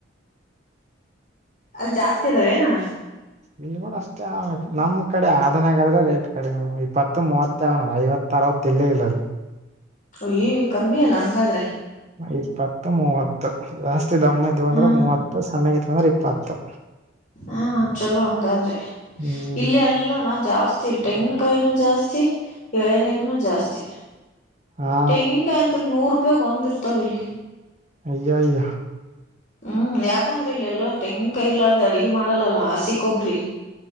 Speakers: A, on the left; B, on the right.
A: ಅಲ್ಲಿ ಜಾಸ್ತಿ ಅದಾವ ಏನಅಣ್ಣ
B: ಇಲ್ಲಿ ಕೂಡ ಅಷ್ಟೇ ನಮ್ ಕಡೆ ಆದನ್ಗಾದ್ರ ರೇಟ್ ಕಡಿಮೆ ಇಪ್ಪತ್ತು ಮೂವತ್ತ ಯಾವ ನೋಡ ಐವತ್ತು ಅರವತ್ತ ಇಲ್ಲೇ ಇಲ್ಲಲ್ಲಿ
A: ಅಯ್ಯೋಯ ಕಮ್ಮಿ ಅಲ್ಲ ಹಂಗಾದ್ರೆ
B: ಇಪ್ಪತ್ತು ಮೂವತ್ತು ಅಷ್ಟ ಅತಿ ದಮ್ಮ ಇದಂದ್ರ
A: ಹಾ
B: ಮೂವತ್ತ ಸಣ್ಣಗ ಇದಂದ್ರ ಇಪ್ಪತ್ತು
A: ಹಾ ಚಲೋ ಹಂಗಾದ್ರೆ
B: ಹ್ಮ್
A: ಇಲ್ಲಿ ಇಲ್ಲಣ ಜಾಸ್ತಿ ಇಲ್ ತೆಂಗಿನಕಾಯಿನೂ ಜಾಸ್ತಿ ಎಳೆನೀರು ನು ಜಾಸ್ತಿ
B: ಹಾ
A: ತೆಂಗಿನಕಾಯಿ ಅಂತು ನೂರು ಇಪ್ಪತ್ತ ರೂಪಾಯಿ ಗೆ ಒಂದ ಇರತಾವ ಇಲ್ಲಿ
B: ಅಯ್ಯಯ್ಯ
A: ಹು ಯಾಕಂದ್ರ ಇಲ್ಲ ಎಲ್ಲ ತೆಂಗಿನ ಕಾಯಿ ಇಲಾರ್ದ ಅಡುಗೆ ಮಾಡಲ್ಲಾ ಹಸಿಕೊಬ್ರಿ